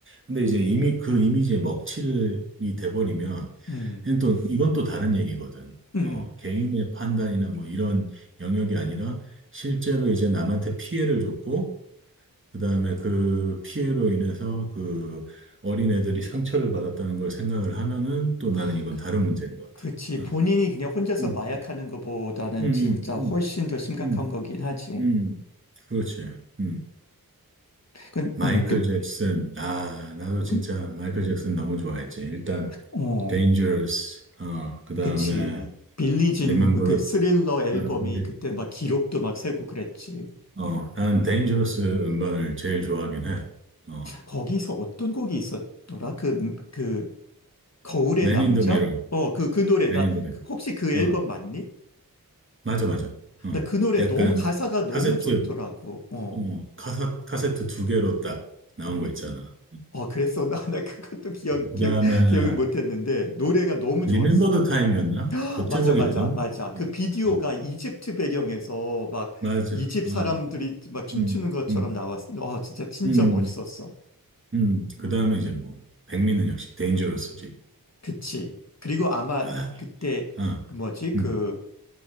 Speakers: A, on the right; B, on the left.
A: 근데 이제 이미 그 이미지에 먹칠이 돼버리면,
B: 음,
A: 이건 또, 이건 또 다른 얘기거든.
B: 음,
A: 어,
B: 음.
A: 개인의 판단이나 뭐 이런 영역이 아니라 실제로 이제 남한테 피해를 줬고, 그다음에 그 피해로 인해서 그 어린애들이 상처를 받았다는 걸 생각을 하면은 또
B: 아,
A: 나는 이건
B: 그.
A: 다른 문제인 것
B: 그치.
A: 같아. 응.
B: 본인이 그냥 혼자서
A: 음,
B: 마약하는 것보다는
A: 음,
B: 진짜
A: 음,
B: 훨씬 더 심각한
A: 음,
B: 거긴 하지.
A: 음. 그렇지. 음.
B: 그,
A: 마이클
B: 음, 그,
A: 잭슨. 아, 나도 진짜
B: 그,
A: 마이클 잭슨 너무 좋아했지. 일단
B: 어,
A: Dangerous. 어, 그다음에
B: 그치. 빌리 진그
A: Remember the
B: 스릴러 앨범이
A: 어, 근데,
B: 그때 막 기록도 막 세고 그랬지.
A: 어, 난 Dangerous 음반을 제일 좋아하긴 해. 어.
B: 거기서 어떤 곡이 있었더라? 그, 음, 그, 거울의
A: Man
B: 남자?
A: in the Mirror.
B: 어, 그, 그 노래.
A: Man
B: 나,
A: in the Mirror.
B: 그- 혹시 그 앨범
A: 어.
B: 맞니?
A: 맞아, 맞아. 어,
B: 나 그 노래
A: 약간
B: 너무, 가사가
A: 카세트,
B: 너무 좋더라고. 어.
A: 어, 카사, 카세트 두 개로 딱 나온 거 있잖아.
B: 어, 그랬어. <laughs> 나, 나 그것도 기억,
A: 그
B: 기억,
A: 다음에
B: 기억은 못했는데, 노래가 너무
A: 리멤버
B: 좋았어.
A: 더 타임이었나?
B: <gasps>
A: 곡
B: 맞아,
A: 제목이
B: 맞아,
A: 리멤버?
B: 맞아. 그
A: 음,
B: 비디오가
A: 음,
B: 이집트 배경에서 막
A: 맞아.
B: 이집
A: 어,
B: 사람들이 막 춤추는
A: 음,
B: 것처럼
A: 음,
B: 나왔어. 어, 진짜, 진짜
A: 음,
B: 멋있었어.
A: 음. 그 다음에 이제 뭐 백미는 역시 데인저러스지.
B: 그치. 그리고 아마
A: 아,
B: 그때,
A: 어,
B: 그 뭐지, 그
A: 음,